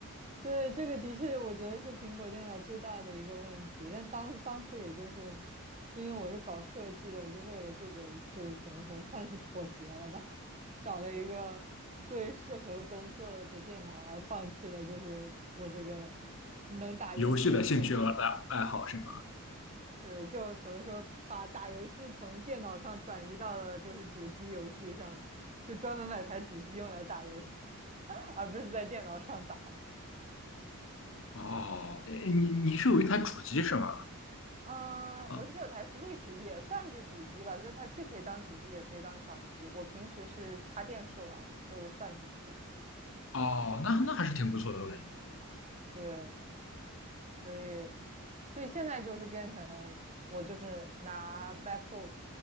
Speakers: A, on the right; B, on the left.
A: 对，这个的确，我觉得是苹果电脑最大的一个问题。但当当初也就是，就因为我是搞设计的，我就为了这个就怎么说，算是妥协了吧，找了一个最适合工作的电脑，而放弃了就是我这个能打游戏的可能
B: 游戏的兴趣和爱爱好是吗？
A: 是就怎么说，把打游戏从电脑上转移到了就是主机游戏上，就专门买台主机用来打游戏，<laughs> 而不是在电脑上打。
B: 哦，诶你你是有一台主机是吗？
A: 嗯，呃我是有台
B: 嗯，
A: Switch，也算是主机吧，就它既可以当主机，也可以当掌机。我平时是插电视玩的，就算主机吧。
B: 哦，那那还是挺不错的，我感觉。
A: 对，所以，所以现在就是变成我就是拿 MacBook，